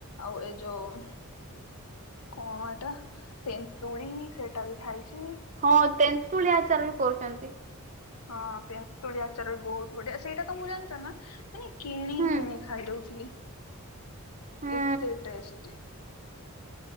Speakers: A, on the left; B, on the right.
A: ଆଉ ଏ ଯୋଉ କଣ ଏଇଟା? ତେନ୍ତୁଳି ସେଟା ବି ଖାଇଛି।
B: ହଁ ତେନ୍ତୁଳି ଆଚାର କରୁଛନ୍ତି।
A: ହଁ ତେନ୍ତୁଳି ଆଚାର ବି ବହୁତ ବଢିଆ ସେଇଟା ତ ମୁଁ ଜାଣିଛ ନା। ମାନେ କିଣି
B: ହୁଁ
A: କିଣି ଖାଇ ଦଉଥିଲି
B: ହୁଁ।
A: ଏତେ ଟେଷ୍ଟି।